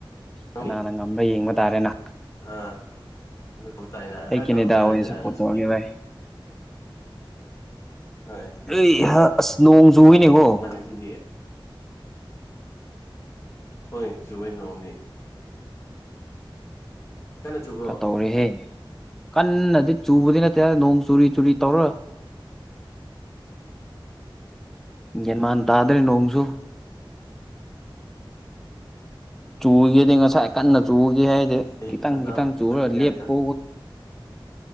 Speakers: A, on the left; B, in the centre.
A: ꯅꯪꯅꯤ
B: ꯀꯅꯥꯅ ꯉꯝꯕ ꯌꯦꯡꯕ ꯇꯥꯔꯦꯅ
A: ꯑꯥ ꯑꯗꯨ ꯇ ꯇꯥꯏ
B: ꯑꯩ
A: ꯍꯥꯏ
B: ꯀꯦꯅꯦꯗꯥ
A: ꯇꯧꯕ ꯇꯥꯔꯦꯗꯅ
B: ꯑꯣꯏꯅ ꯁꯞꯄꯣꯔꯠ
A: ꯉꯁꯤꯗꯤ
B: ꯇꯧꯔꯒꯦ ꯚꯥꯏ
A: ꯍꯣꯏ
B: ꯑꯩ ꯑꯁ ꯅꯣꯡ ꯆꯨꯏꯅꯦꯀꯣ
A: ꯃꯥꯅꯦꯁꯤꯗꯤ ꯍꯣꯏ ꯆꯨꯌꯦ ꯅꯣꯟꯗꯤ ꯀꯟꯅ ꯆꯨꯕ꯭ꯔꯣ
B: ꯈꯔ ꯇꯧꯔꯦꯍꯦ ꯀꯟꯅꯗꯤ ꯆꯨꯕꯗꯤ ꯅꯠꯇꯦ ꯅꯣꯡ ꯆꯨꯔꯤ ꯆꯨꯔꯤ ꯇꯧꯔ ꯌꯦꯒꯟ ꯃꯥꯟ ꯇꯥꯗ꯭ꯔꯦ ꯅꯣꯡꯃꯁꯨ ꯆꯨꯒꯦꯗꯤ ꯉꯁꯥꯏ ꯀꯟꯅ ꯆꯨꯒꯦ ꯍꯥꯏꯗꯤ
A: ꯑꯩ
B: ꯈꯤꯇꯪ
A: ꯉꯟꯇꯥ
B: ꯈꯤꯇꯪ ꯆꯨꯔ
A: ꯍꯧꯒꯠꯇ꯭ꯔꯗꯤ
B: ꯂꯦꯞꯄ
A: ꯌꯥꯗꯦꯅ